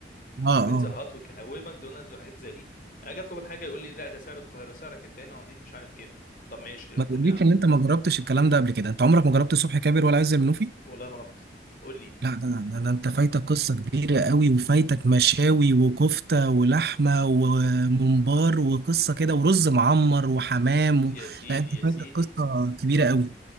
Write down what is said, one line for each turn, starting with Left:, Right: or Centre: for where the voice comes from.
Right: اه
Left: وبيتزا
Right: اه
Left: هات والكلام وماكدونالدز وحاجات زي دي اجي اطلب الحاجه يقول لي لا ده سعر القاهره سعرك انت هنا هنضيف مش عارف كام طب ماشي اطلب
Right: ما تقوليش
Left: يا عم
Right: ان انت ما جربتش الكلام ده قبل كده انت عمرك ما جربت صبحي كابر ولا عز المنوفي
Left: والله ما رحت قول لي
Right: لا ده, ده, ده انت فايتك قصه كبيره قوي وفايتك مشاوي وكفته ولحمه وممبار وقصه كده ورز معمر وحمام و...
Left: يا سيدي
Right: لا انت
Left: يا سيدي
Right: فايتك قصه كبيره قوي